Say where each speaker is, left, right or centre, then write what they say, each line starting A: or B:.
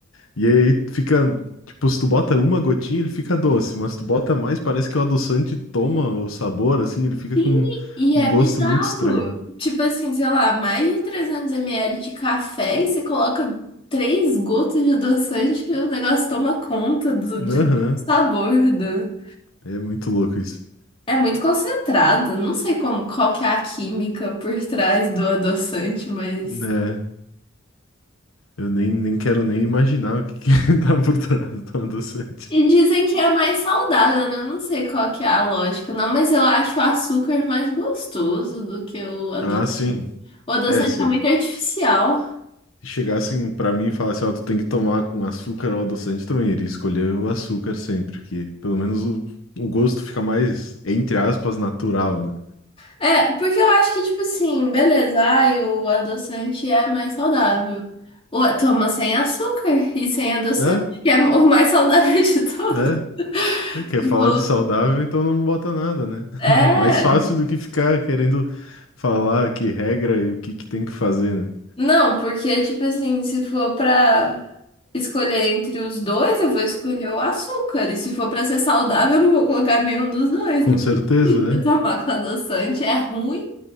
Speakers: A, on the left; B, on the left.
A: E aí fica, tipo, se tu bota uma gotinha, ele fica doce, mas se tu bota mais, parece que o adoçante toma o sabor, assim, ele fica
B: Sim,
A: com
B: e
A: um
B: é
A: gosto
B: bizarro.
A: muito estranho.
B: Tipo assim, sei lá, mais de 300 ml de café e você coloca três gotas de adoçante e o negócio toma conta do, de
A: Aham,
B: todo o sabor do...
A: É muito louco isso.
B: É muito concentrado. Não sei como, qual que é a química por trás do adoçante, mas...
A: É. Eu nem, nem quero nem imaginar o que que <laughs> tá por trás do adoçante.
B: E dizem que é mais saudável, né? Eu não sei qual que é a lógica, não, mas eu acho o açúcar mais gostoso do que o adoçante.
A: Ah, sim.
B: O adoçante
A: É, se
B: é muito artificial.
A: chegassem pra mim e falassem, ó, tu tem que tomar com açúcar ou adoçante também, iria escolher o açúcar sempre, que pelo menos o, o gosto fica mais, entre aspas, natural, né?
B: É, porque eu acho que, tipo assim, beleza, ai, o adoçante é mais saudável. O, toma sem açúcar e sem adoçante,
A: Né?
B: que é o mais saudável de todos.
A: Né?
B: <laughs>
A: Né? Quer
B: Tipo,
A: falar de saudável, então não bota nada, né?
B: é.
A: <laughs> Mais fácil do que ficar querendo falar que regra e o que que tem que fazer, né?
B: Não, porque, tipo assim, se for pra escolher entre os dois, eu vou escolher o açúcar. E se for pra ser saudável, eu não vou colocar nenhum dos dois.
A: Com
B: Não
A: certeza,
B: precisa tomar
A: né?
B: com adoçante, é ruim